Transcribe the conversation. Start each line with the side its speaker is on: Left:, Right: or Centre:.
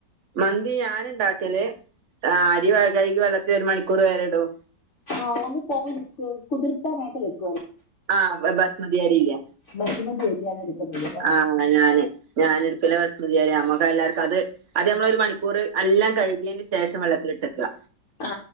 Right: മന്തി ഞാന ഉണ്ടാക്കല് അരി കഴികി വെള്ളത്തി ഒരു മണിക്കൂർ വരെ ഇടും
Left: ആ് ഒന്ന് കോരി കുതിർത്താനായിട്ട് വെച്ച
Right: ആഹ ബാസ്മതിയരില്ല
Left: ബസുമതി എടുക്കുന്നത് ആഹ്
Right: ആഹ ഞാന് ഞാന എടുക്കല ഭസ്മതിയരി നമ്മു എല്ലാവർക്കും അത് അത് നമ്മളൊ ഒരു മണിക്കൂർ എല്ലാം കഴ ന് ശേഷം വെള്ളത്തിലിട്ടെക്ക
Left: ആ